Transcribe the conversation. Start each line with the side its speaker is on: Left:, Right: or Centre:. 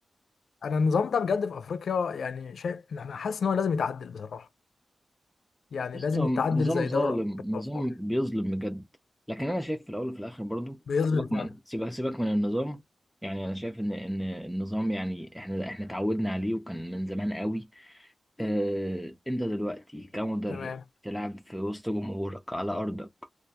Left: انا النظام ده بجد في افريقيا يعني شايف انا حاسس ان هو لازم يتعدل بصراحه يعني
Centre: قصة
Left: لازم يتعدل
Centre: نظام
Left: زي
Centre: ظالم
Left: دوري الابطال
Centre: نظام بيظلم بجد لكن انا شايف في الاول وفي الاخر برضو
Left: بيظلم
Centre: سيبك
Left: فعلا
Centre: من سيبك سيبك من النظام يعني انا شايف ان ان النظام يعني احنا احنا اتعودنا عليه وكان من زمان قوي اه انت دلوقتي كمدرب
Left: تمام
Centre: تلعب في وسط جمهورك على ارضك